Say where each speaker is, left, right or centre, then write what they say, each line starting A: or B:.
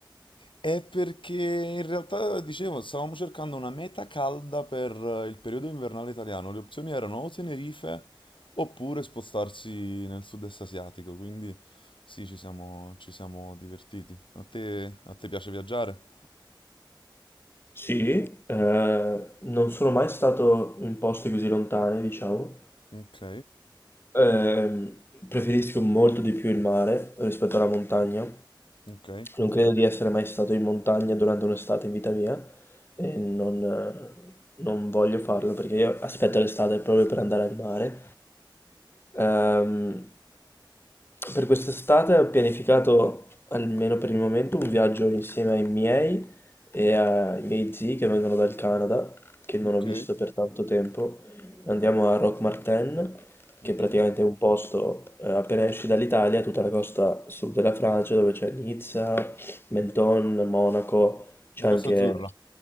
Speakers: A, on the left; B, on the left.
A: È perché in realtà, dicevo, stavamo cercando una meta calda per eh, il periodo invernale italiano. Le opzioni erano o Tenerife oppure spostarsi nel sud-est asiatico, quindi sì, ci siamo, ci siamo divertiti. A te, a te piace viaggiare?
B: Sì, eh, non sono mai stato in posti così lontani, diciamo.
A: Ok,
B: Ehm, preferisco molto di più il mare rispetto alla montagna.
A: ok,
B: Non credo di essere mai stato in montagna durante un'estate in vita mia e non, eh, non voglio farlo perché io aspetto l'estate proprio per andare al mare. Ehm, per quest'estate ho pianificato, almeno per il momento, un viaggio insieme ai miei e ai miei zii che vengono dal Canada, che non
A: ok,
B: ho visto per tanto tempo. Andiamo a Roque Martin
A: ok.
B: che praticamente è un posto, eh, appena esci dall'Italia, tutta la costa sud della Francia, dove c'è Nizza, Menton, Monaco, c'è
A: La Costa
B: anche,
A: Azzurra,